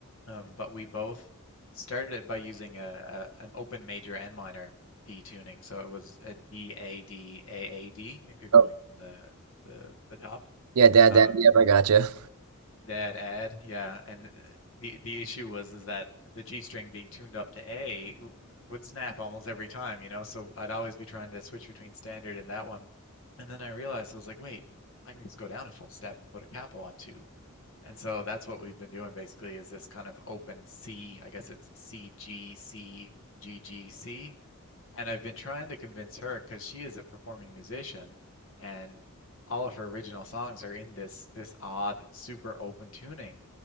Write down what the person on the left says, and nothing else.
Um, but we both started by using a, a an open major and minor D tuning, so it was a D A D A A D if you're going
from the the, the top.
Um,
that add, yeah, and uh, the the issue was is that the G string being tuned up to A w- would snap almost every time, you know. So I'd always be trying to switch between standard and that one, and then I realized I was like, wait, I can just go down a full step and put a capo on two. And so that's what we've been doing basically is this kind of open C, I guess it's C G C G G C and I've been trying to convince her because she is a performing musician and all of her original songs are in this this odd super open tuning.